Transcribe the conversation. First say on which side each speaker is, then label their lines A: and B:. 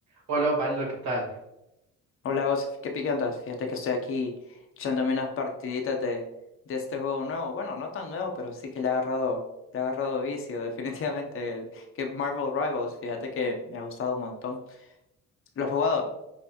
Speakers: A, on the right; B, on the left.
A: Hola Osvaldo, ¿qué tal?
B: Hola, vos, qué pique andas. Fíjate que estoy aquí echándome unas partiditas de, de este juego nuevo. Bueno, no tan nuevo, pero sí que le ha agarrado, le ha agarrado vicio, <laughs> definitivamente. El que Marvel Rivals, fíjate que me ha gustado un montón. ¿Lo has jugado?